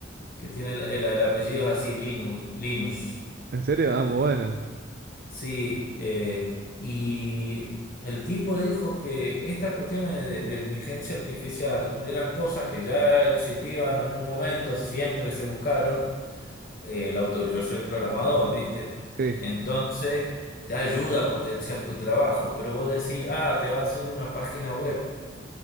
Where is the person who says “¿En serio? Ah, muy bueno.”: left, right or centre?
Right